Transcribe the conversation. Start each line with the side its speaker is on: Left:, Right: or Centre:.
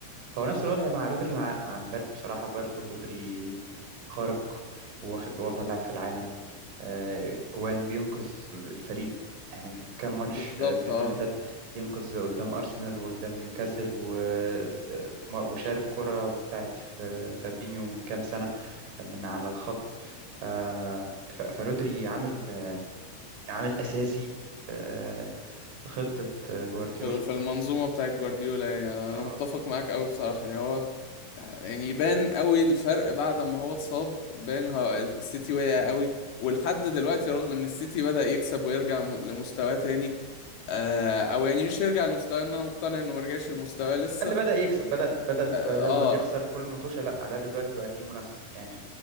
Right: فهو نفس الوضع مع رودري مع مع الفرق بصراحه برضو رودري خارق واخد وافضل لاعب في العالم آه، جوان بينقذ الفريق يعني كان ماتش
Left: بالظبط
Right: آه، السيزون
Left: اه
Right: اللي فات ينقذ قدام أرسنال وقدام نيوكاسل و- آه، وشارك كرة بتاعت ف- فابينيو من كام سنة من على الخط ف... ف... فرودري عامل عامل أساسي آه، في خطة آه، جوارديولا
Left: في ال- في المنظومة بتاعت جوارديولا يعني أنا
Right: اه
Left: أنا متفق معاك أوي بصراحة يعني هو يعني يبان أوي الفرق بعد ما هو اتصاب بان هو السيتي وقع أوي ولحد دلوقتي رغم إن السيتي بدأ يكسب ويرجع م- لمستواه تاني آه أو يعني مش يرجع لمستواه إن أنا مقتنع إنه مرجعش لمستواه
Right: على
Left: لسه
Right: الأقل بدأ يكسب بدأ بدل
Left: آه
Right: بدل
Left: آه،
Right: ما بيخسر كل مطوشة لا على الأقل دلوقتي بقى فيه منافسة يعني